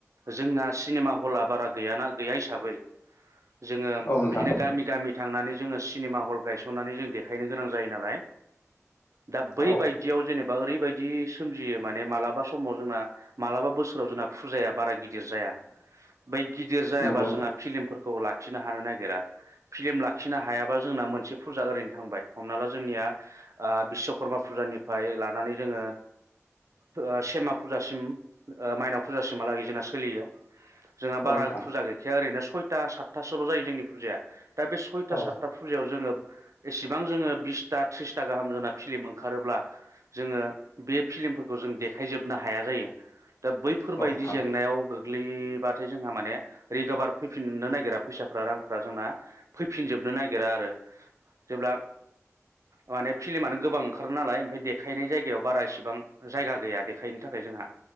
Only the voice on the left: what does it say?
औ नोंथां
औ
नंगौ नोंथां
औ नोंथां
औ
औ नोंथां